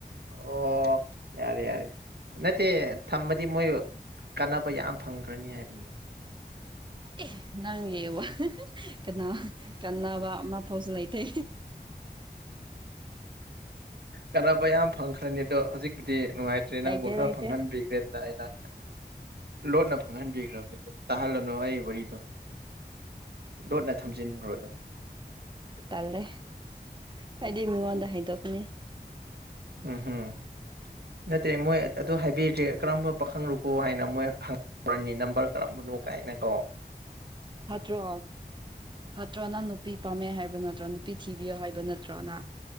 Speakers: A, on the right; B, on the right.
A: ꯑꯣ ꯌꯥꯔꯦ-ꯌꯥꯔꯦ ꯅꯠꯇꯦ ꯊꯝꯑꯗꯤ ꯃꯣꯏ ꯀꯥꯟꯅꯕ ꯌꯥꯝ ꯐꯪꯈ꯭ꯔꯅꯤ ꯍꯥꯏꯕꯅꯤꯅ꯫
B: ꯑꯦ ꯅꯪꯒꯤ ꯋꯥ ꯀꯟꯅꯣ ꯀꯥꯟꯅꯕ ꯑꯃꯐꯥꯎꯁꯨ ꯂꯩꯇꯦ꯫
A: ꯀꯥꯟꯅꯕ ꯌꯥꯝ ꯐꯪꯈ꯭ꯔꯅꯤ ꯑꯗꯣ ꯍꯧꯖꯤꯛꯄꯨꯗꯤ ꯅꯨꯡꯉꯥꯏꯇꯦ ꯇ꯭ꯔꯦꯅꯪꯕꯨ
B: ꯂꯩꯇꯦ
A: ꯈꯔ
B: ꯂꯩꯇꯦ
A: ꯐꯪꯍꯟꯕꯤꯈ꯭ꯔꯦꯗꯅ ꯑꯩꯅ ꯂꯣꯟꯅ ꯐꯪꯍꯟꯕꯤꯈ꯭ꯔꯕꯅꯤ ꯇꯍꯜ ꯂꯣꯅꯣ ꯑꯩ ꯋꯥꯔꯤꯗꯣ ꯂꯣꯠꯅ ꯊꯝꯖꯤꯟꯈ꯭ꯔꯣꯗꯣ
B: ꯇꯜꯦ ꯍꯥꯏꯥꯏꯗꯤ ꯃꯤꯉꯣꯟꯗ ꯍꯩꯗꯅꯦ
A: ꯎ ꯍꯝ ꯅꯠꯇ꯭ꯔꯦ ꯃꯣꯏ ꯑꯗꯨ ꯍꯥꯏꯕꯤꯗ꯭ꯔꯦ ꯀꯔꯝꯕ ꯄꯥꯈꯪꯂꯨꯀꯣ ꯍꯥꯏꯅ ꯃꯣꯏ ꯍꯪꯍꯔꯅꯤ ꯅꯝꯕꯔ ꯀꯔꯝꯕꯅꯣ ꯀꯥꯏꯅꯀꫭ
B: ꯐꯥꯠꯇ꯭ꯔꯣ ꯐꯥꯠꯇ꯭ꯔꯣ ꯅꯪ ꯅꯨꯄꯤ ꯄꯥꯝꯃꯦ ꯍꯥꯏꯕ ꯅꯠꯇ꯭ꯔꯣ ꯅꯨꯄꯤ ꯊꯤꯕꯤꯌꯣ ꯍꯥꯏꯕ ꯅꯠꯇ꯭ꯔꯣ ꯅꯥ꯫